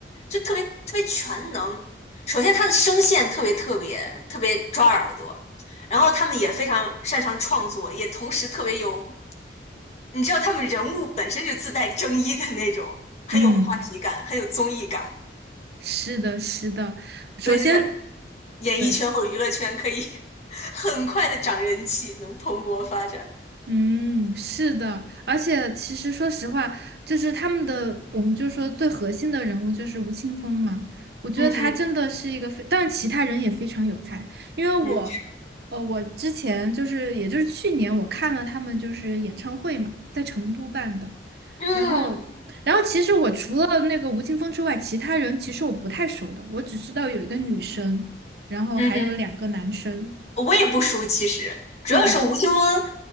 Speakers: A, on the left (about 40°); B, on the right (about 65°).
A: 就特别特别全能。首先，他的声线特别特别特别抓耳朵，然后他们也非常擅长创作，也同时特别有，你知道他们人物本身就自带争议的那种，很有话题感，
B: 嗯，
A: 很有综艺感，
B: 是的，是的。首先。
A: 所以就在演艺圈或者娱乐圈可以
B: 对。
A: <laughs> 很快的涨人气，能蓬勃发展。
B: 嗯，是的，而且其实说实话，就是他们的，我们就说最核心的人物就是吴青峰嘛。我觉得他真的是一个非，
A: 嗯哼，
B: 但其他人也非常有才。因为我，
A: 嗯
B: 呃，我之前就是，也就是去年我看了他们就是演唱会嘛，在成都办的。
A: 嗯
B: 然后，然后其实我除了那个吴青峰之外，其他人其实我不太熟的，我只知道有一个女生，然后还有两个男生。
A: 嗯哼，我也不熟，其实主要是吴青峰，
B: 嗯，